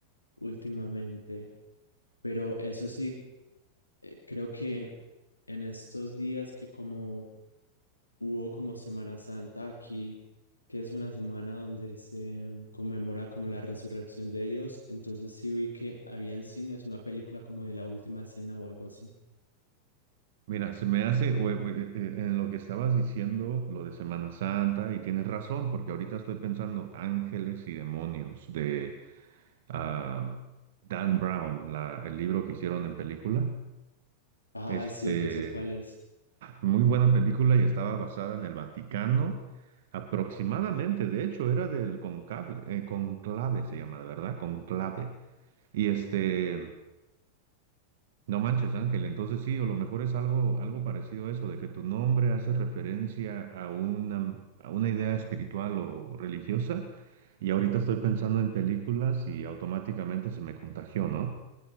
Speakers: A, on the left (about 80°); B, on the right (about 55°).
A: últimamente, pero eso sí, eh, creo que en estos días que como hubo como Semana Santa aquí, que es una semana donde se mm, conmemora como la resurrección de Dios. Entonces sí vi que había en cines una película como de la última cena o algo así.
B: Mira, se me hace, o- o- eh, eh, en lo que estabas diciendo, lo de Semana Santa, y tienes razón, porque ahorita estoy pensando Ángeles y Demonios de ah, Dan Brown, la- el libro que hicieron en película.
A: Ay,
B: Este,
A: sí, yo sé cuál es.
B: Muy buena película y estaba basada en el Vaticano, aproximadamente, de hecho, era del concable, eh, conclave se llama, ¿verdad? Conclave. Y este, no manches, Ángel, entonces sí, o lo mejor es algo, algo parecido a eso, de que tu nombre hace referencia a una, a una idea espiritual o religiosa, y ahorita estoy pensando en películas y automáticamente se me contagió, ¿no?